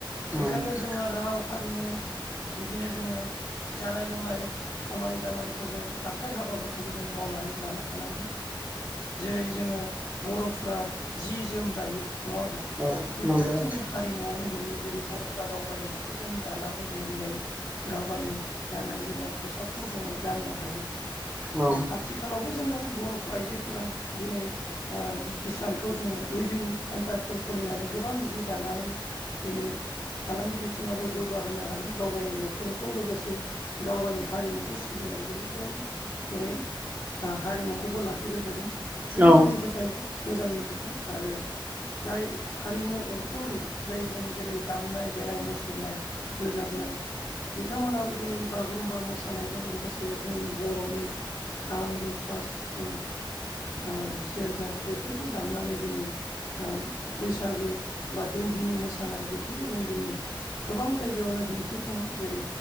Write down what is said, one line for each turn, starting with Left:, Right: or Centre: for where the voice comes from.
Right: नंगौ
Left: बेखायनो जोंङो राव हारिमु बिदिनो जोंङो जानाय लोंनाय खामानि दामानिखौ जों आखाइ हाबाफोरखौबो जों मावनानै लानो हानांगोन। जेरै जोंङो बर'फ्रा जि जोम दायो नङा होमब्ला
Right: औ
Left: बेफोरबो
Right: नंगौ औ
Left: जोंनि हा रिमुआवनो गोगलैयो जेरै बर'फ्रा गाव गायनो जि जोम दानानै जोंङो दिनै गाव गायनि गाननाय जोमनाय खसाबखौ जोंङो गाननो हायो।
Right: औ
Left: आथिखालावबो जोंङो बर' आइजोफोरा दिनै ओ हिसानखौ जोंङो उइभिं सेन्टारफोर खुलिनानै गोबां जि दानानै दिनै फालांगि बिथिङावबो जौगाहोनो हादों गाव गायनि न'खरखौ लोगोसे गाव गायनि हारिमुखौ सिबिनायजोंबो जों जेरै हारिमुखौबो लाखिबाय थादों बेयो
Right: औ औ
Left: जोंनि थाखाय मोजांनि खोथा आरो जाय हारिमु अनफावरि जायजों जेरै दामनाय देनाय मुसुरनाय रोजाबनाय बिथांमोनाबो दिनै बागुरुमबा मोसानायजों लोगोसे जोंनि बर'नि खाम जथा सिफुं ओ सेरजा बेफोरखौ दामनानै दिनै ओ बैसागो बा दौदिनि मोसानाय बेफोरखौ जों दिनै गोबां जायगायावनो दिन्थिफुङो जेरै